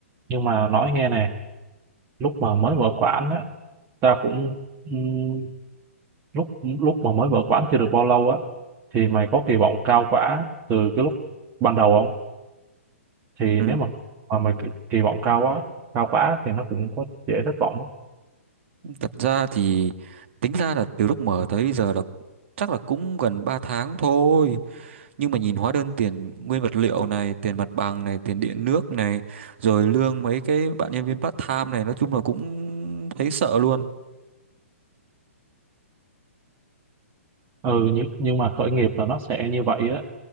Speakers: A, on the right (about 25°); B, on the right (about 55°).
A: Nhưng mà nói nghe nè, lúc mà mới mở quán á, tao cũng... ừm, lúc lúc mà mới mở quán chưa được bao lâu á, thì mày có kỳ vọng cao quá từ cái lúc ban đầu không? Thì
B: Ừ.
A: nếu mà mà mày kỳ kỳ vọng cao quá, cao quá thì nó cũng có dễ thất vọng á.
B: Thật ra thì tính ra là từ lúc mở tới bây giờ là chắc là cũng gần 3 tháng thôi. nhưng mà nhìn hóa đơn tiền nguyên vật liệu này tiền mặt bằng này tiền điện nước này rồi lương mấy cái bạn nhân viên part time này nói chung là cũng thấy sợ luôn
A: ừ nhưng, nhưng mà khởi nghiệp là nó sẽ như vậy á